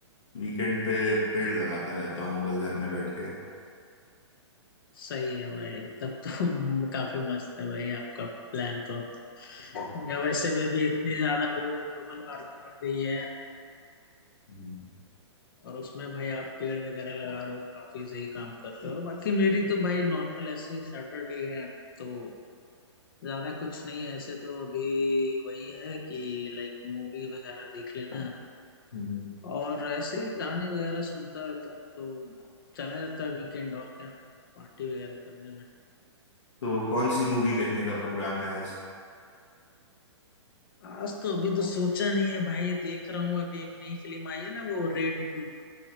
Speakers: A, on the left (about 85°); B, on the left (about 50°).
A: वीकेंड पे पेड़ लगाता रहता हूँ बस घर में बैठ के
B: सही है भाई तब तो <laughs> काफी मस्त है भाई आपका प्लान तो
A: हम्म,
B: मैं वैसे भी अभी इतनी ज्यादा वो ग्लोबल वार्मिंग बढ़ गई है
A: हम्म,
B: और उसमें भाई आप पेड़ वगैरह लगा रहे हो तो काफी सही काम कर रहे हो बाकी मेरी तो भाई नॉर्मल ऐसे ही सैटरडे है तो ज्यादा कुछ नहीं है ऐसे तो अभी वही है कि लाइक मूवी वगैरह देख लेना
A: हम्म।
B: और ऐसे ही गाने वगैरह सुनता रहता हूँ तो चला जाता है वीकेंड और क्या पार्टी वगैरह करने
A: तो कौन सी मूवी देखने का प्रोग्राम है आज
B: आज तो अभी तो सोचा नहीं है भाई देख रहा हूँ अभी एक नई फिल्म आई है ना वो रेड टू